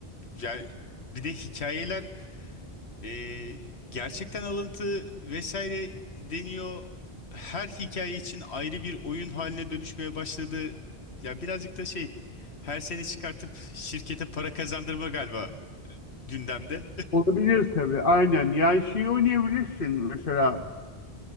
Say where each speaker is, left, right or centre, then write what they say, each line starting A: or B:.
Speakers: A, on the left (about 85°); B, on the left (about 55°).
A: yani bir de hikayeler Ee, gerçekten alıntı vesaire deniyor. Her hikaye için ayrı bir oyun haline dönüşmeye başladı. Ya birazcık da şey her sene çıkartıp şirkete para kazandırma galiba gündemde.
B: olabilir tabii aynen. Yani şeyi oynayabilirsin mesela